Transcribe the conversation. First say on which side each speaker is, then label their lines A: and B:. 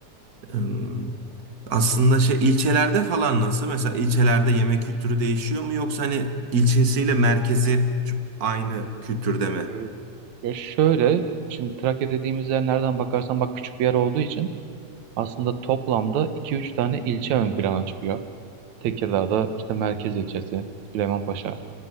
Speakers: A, on the right; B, on the right.
A: Im, Aslında şey ilçelerde falan nasıl? Mesela ilçelerde yemek kültürü değişiyor mu yoksa hani ilçesiyle merkezi aynı kültürde mi?
B: Ee, Ya şöyle şimdi Trakya dediğimiz yer nereden bakarsan bak küçük bir yer olduğu için aslında toplamda iki üç tane ilçe ön plana çıkıyor. Tekirdağ'da işte merkez ilçesi, Süleymanpaşa,